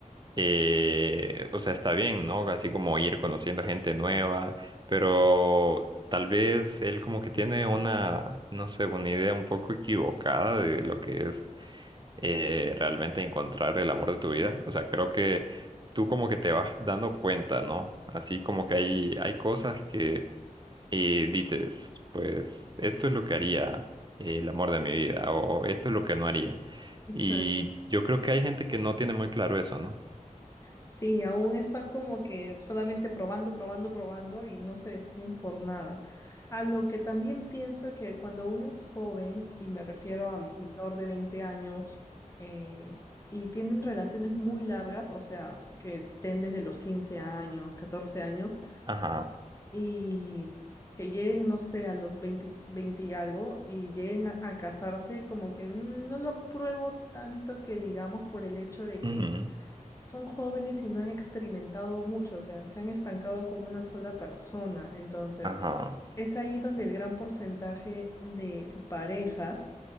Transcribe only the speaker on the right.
Eh, o sea, está bien, ¿no? Así como ir conociendo gente nueva, pero tal vez él como que tiene una, no sé, una idea un poco equivocada de lo que es eh, realmente encontrar el amor de tu vida. O sea, creo que tú como que te vas dando cuenta, ¿no? Así como que hay, hay cosas que eh, dices, pues esto es lo que haría eh, el amor de mi vida o esto es lo que no haría.
Y yo creo que hay gente que no tiene muy claro eso, ¿no?
Ajá,
ujú,
ajá,